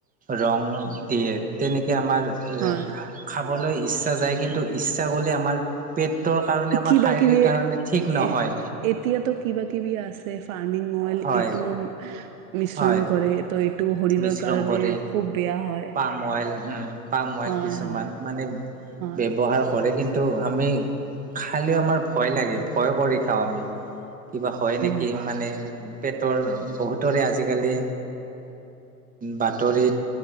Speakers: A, on the right; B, on the right.
A: ৰং দিয়ে তেনেকে। আমাৰ
B: হয়
A: খাবলৈ ইচ্ছা যায় কিন্তু ইচ্ছা কৰিলে আমাৰ। পেটৰ কাৰণে আমাৰ
B: কিবা
A: শাৰীৰিক
B: কিবি
A: কাৰণে ঠিক নহয়
B: এ এতিয়াতো কিবা কিবি আছে। পানী মইল
A: হয়
B: এইটোও মিশ্ৰণ
A: হয়
B: কৰে ত। টো শৰীৰৰ
A: মিশ্ৰণ
B: কাৰণে
A: কৰে
B: খুব বেয়া। হয়
A: পাম অইল হম পাম অইল
B: হয়
A: কিছুমান
B: হয়
A: মানে
B: হয়
A: ব্যৱহাৰ কৰে কিন্তু। টো আমি খালেও আমাৰ ভয় লাগে ভয় কৰি খাওঁ আমি। কিবা হয় নেকি
B: অ
A: মানে। পেটৰ বহুতৰে আজিকালি বাতৰিত।